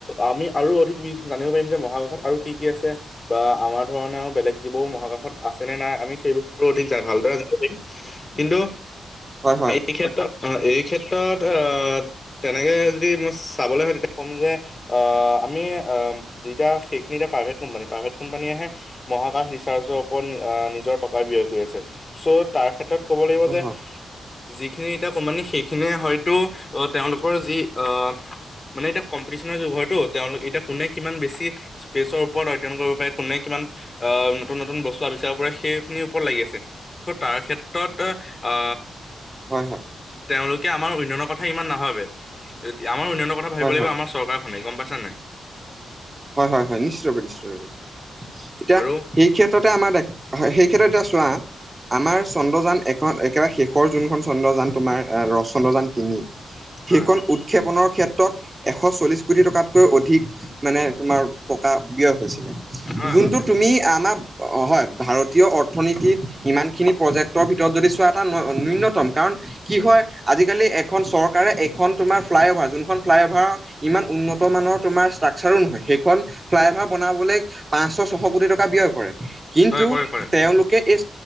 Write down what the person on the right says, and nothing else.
হয় হয়
হয়
হয়
হয় হয়
হয়
হয়
হয় হয় হয় নিশ্চয় ৰপে নিশ্চয়পে এতিয়া
সেই ক্ষেত্ৰতে আমাৰ দে হয় সেই ক্ষেত্ৰত এতিয়া চোৱা আমাৰ চন্দ্ৰযান এখন একেবাৰে শেষৰ যোনখন চন্দ্ৰযান তোমাৰ ৰস চন্দ্ৰযান তিনি। সেইখন
উৎক্ষেপনৰ ক্ষেত্ৰত এশ চল্লিশ কোটি টকাতকৈ অধিক মানে তোমাৰ টকা ব্যয় হৈছিলে
যোনটো
তুমি
আমাৰ অ হয় ভাৰতীয় অৰ্থনীতিত ইমানখিনি প্ৰজেক্টৰ ভিতৰত যদি চোৱা এটা ন্যূনতম কাৰণ কি হয় আজিকালি এখন চৰকাৰে এখন তোমাৰ ফ্লাই অভাৰ যোনখন ফ্লাই অভাৰ ইমান উন্নত মানৰ তোমাৰ চাৰি নহয় সেইখন ফ্লাই অভাৰ বনাবলৈ পাঁচশ ছশ কোটি টকা ব্যয় কৰে। কিন্তু
তেওঁলোকে এই